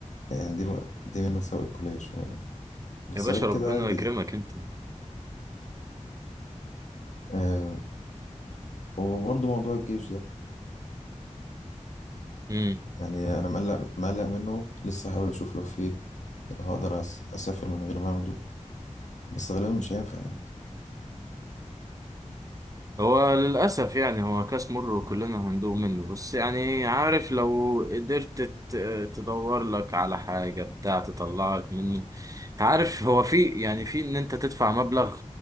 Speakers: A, on the left (about 70°); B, on the right (about 25°).
A: يعني دي دي من مساوئ الكلية شوية يعني بس
B: يا باشا
A: غير كده
B: ربنا
A: عادي
B: يكرمك انت
A: آه وبرضه موضوع الجيش ده
B: مم.
A: يعني أنا مقلق مقلق منه لسه هحاول أشوف لو في هقدر أس- أسافر من غير ما أخده بس غالبا مش هينفع
B: هو للأسف يعني هو كاس مر وكلنا هندوق منه بس يعني عارف لو قدرت ت- تدور لك على حاجة بتاع تطلعك منه انت عارف هو في يعني في ان انت تدفع مبلغ